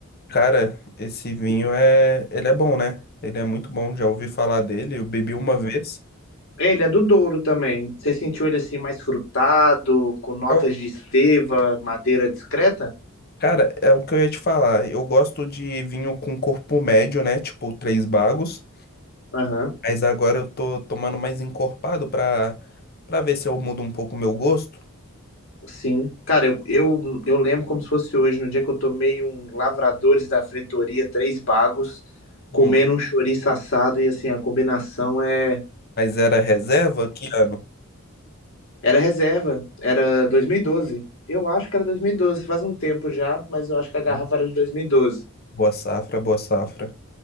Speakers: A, on the left; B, on the left.
A: cara, esse vinho é, ele é bom, né? Ele é muito bom, já ouvi falar dele, eu bebi uma vez.
B: Ele é do Douro também. Você sentiu ele assim mais frutado, com notas
A: Eu-
B: de esteva, madeira discreta?
A: cara, é o que eu ia te falar. Eu gosto de vinho com corpo médio, né? Tipo, três bagos.
B: Aham,
A: Mas agora eu tô tomando mais encorpado pra, pra ver se eu mudo um pouco o meu gosto.
B: sim. Cara, eu, eu, eu lembro como se fosse hoje, no dia que eu tomei um Lavradores da Fretoria, três bagos, comendo
A: Hum.
B: um chouriço assado e assim, a combinação é...
A: Mas era reserva? Que ano?
B: Era reserva, era 2012. Eu acho que era 2012. faz um tempo já, mas eu acho que a garrafa
A: Hum,
B: era de 2012.
A: Boa safra, boa safra.